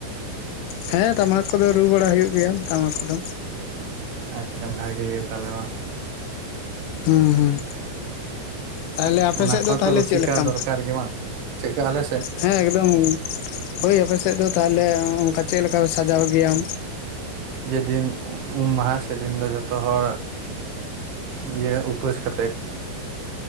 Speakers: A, on the left (about 80°); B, on the right (about 70°).
A: ᱦᱮᱸ ᱴᱟᱢᱟᱠ ᱠᱚ ᱫᱚ ᱨᱩ ᱵᱟᱲᱟ ᱦᱩᱭᱩᱜ ᱜᱮᱭᱟ ᱴᱟᱢᱟᱠ ᱠᱚ ᱫᱚᱼᱼ
B: ᱟᱪᱪᱷᱟ ᱵᱷᱟᱜᱮ ᱜᱮ ᱛᱟᱦᱚᱞᱮ ᱵᱟᱝ
A: ᱦᱩᱸ ᱦᱩᱸ ᱛᱟᱦᱞᱮ ᱟᱯᱮ
B: ᱚᱱᱟ
A: ᱥᱮᱫ
B: ᱠᱚᱦᱚᱸ
A: ᱫᱚ
B: ᱛᱚ
A: ᱛᱟᱦᱞᱮ
B: ᱨᱩᱥᱤᱠᱟ
A: ᱪᱮᱫ ᱞᱮᱠᱟᱢ
B: ᱫᱚᱨᱠᱟᱨ ᱜᱮ ᱵᱟᱝ ᱪᱮᱫᱠᱟ ᱟᱞᱮ ᱥᱮᱫ
A: ᱦᱮᱸ ᱮᱠᱫᱚᱢ ᱦᱳᱭ ᱟᱯᱮ ᱥᱮᱫ ᱫᱚ ᱛᱟᱦᱞᱮ ᱚᱱᱠᱟ ᱪᱮᱫ ᱞᱮᱠᱟ ᱟᱢ ᱥᱟᱡᱟᱣ ᱜᱮᱭᱟᱢ
B: ᱡᱮ ᱫᱤᱱ ᱩᱢ ᱢᱟᱦᱟ ᱥᱮᱫᱤᱱ ᱫᱚ ᱡᱷᱚᱛᱚ ᱦᱚᱲᱼᱼ ᱤᱭᱟᱹ ᱩᱯᱟᱹᱥ ᱠᱟᱛᱮᱜᱼᱼ